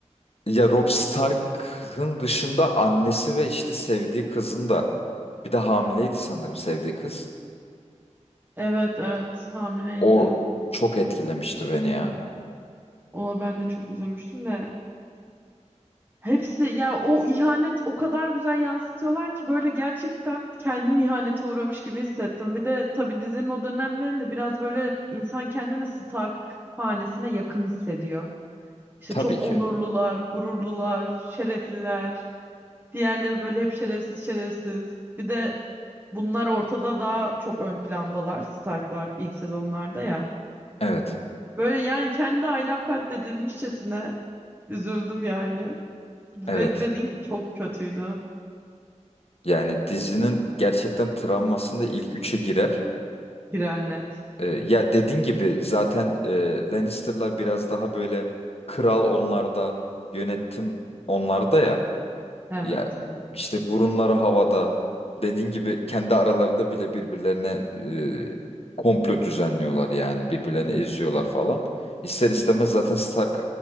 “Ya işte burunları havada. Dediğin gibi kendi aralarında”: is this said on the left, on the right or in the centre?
Left